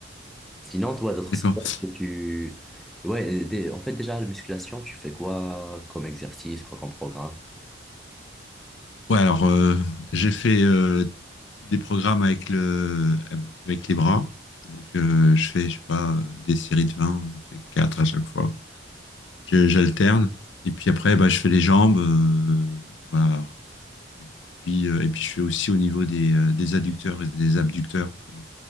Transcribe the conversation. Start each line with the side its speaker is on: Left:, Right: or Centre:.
Centre: Sinon, toi, d'autres
Left: D'accord.
Centre: sports que tu... Ouais, des- en fait, déjà, la musculation, tu fais quoi comme exercice, quoi comme programme?
Left: Ouais, alors euh, j'ai fait euh, des programmes avec le avec les bras. Donc euh, je fais, je sais pas, euh, des séries de vingt j'en fais 4 à chaque fois. Je- J'alterne. Et puis après, bah, je fais les jambes. euh, voilà. Et puis, euh, et puis je fais aussi au niveau des, euh, des adducteurs et des abducteurs pour,